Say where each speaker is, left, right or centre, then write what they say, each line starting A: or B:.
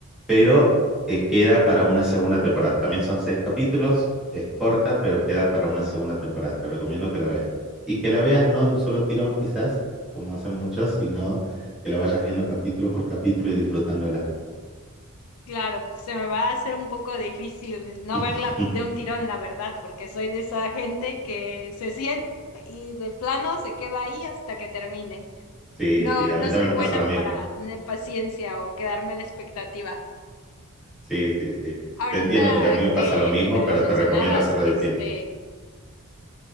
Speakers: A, in the centre; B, on the left.
A: pero eh, queda para una segunda temporada. También son seis capítulos, es corta, pero queda para una segunda temporada. Te recomiendo que la veas. Y que la veas no de un solo tirón quizás, como hacen muchos, sino que la vayas viendo capítulo por capítulo y disfrutándola.
B: claro. Se me va a hacer un poco difícil no
A: <laughs>
B: verla de un tirón, la verdad, porque soy de esa gente que se siente y de plano se queda ahí hasta que termine.
A: Sí,
B: No,
A: sí, a
B: no
A: mí también
B: soy buena
A: me pasa lo mismo.
B: para tener paciencia o quedarme a la expectativa.
A: Sí, sí, sí.
B: Ahorita
A: Te entiendo porque a mí me pasa
B: que,
A: lo mismo,
B: que me
A: pero
B: lo mencionabas,
A: te recomiendo hacerla
B: este,
A: distinta.